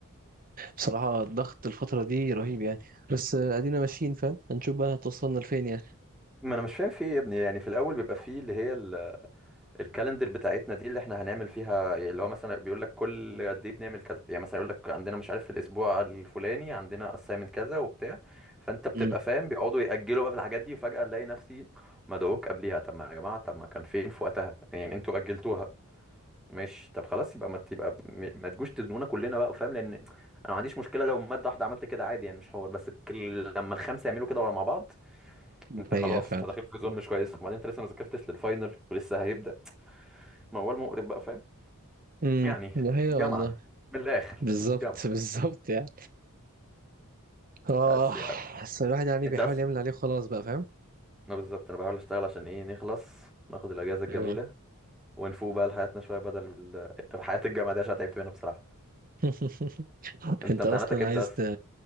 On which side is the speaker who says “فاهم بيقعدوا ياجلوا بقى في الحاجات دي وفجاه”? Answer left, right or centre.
Centre